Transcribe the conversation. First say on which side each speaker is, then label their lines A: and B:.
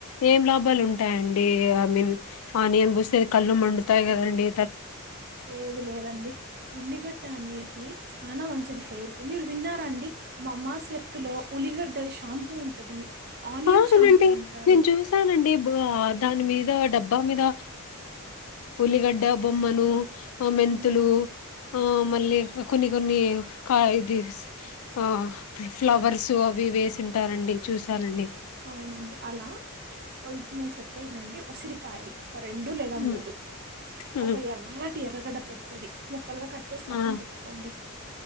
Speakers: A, on the left (about 70°); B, on the right (about 45°).
A: ఏం లాభాలు ఉంటాయండి. డి ఐ మీన్ ఫానియన్ బుసె కళ్ళు మండుతాయ్ గదండి.
B: లేదు లేదండి ఉల్లిగడ్డ అనేది. చనా మంచిది హెయిర్ కి మీరు విన్నారా అండి మా మాస్త్తులో ఉల్లిగడ్డ షాంపూ ఉంటది. ఆనియన్
A: అవునండీ.
B: షాంపూ అంటారు
A: నేను చూసానండి బా దాని మీద డబ్బా మీద ఉల్లిగడ్డ బొమ్మను ఆ మెంతులు
B: ఉమ్,
A: ఆ మళ్ళీ కొన్ని కొన్ని ఇది ఆ ఫ్లవర్స్ అవి ఇవి వేసింటారండి. చూసనండి.
B: అవునండి. అలా ఓ ఇప్పుడు నేను చెప్పేది రండి. ఉసిరికాయలు ఒక రెండు లేదా
A: హ్మ్.
B: మూడు
A: హ్మ్.
B: ఒక ఎర్ర ఎర్రటి ఎరగడ పెద్దది. ముక్కలుగా కటచేసి పక్కన
A: ఆ!
B: పెట్టుకోండి.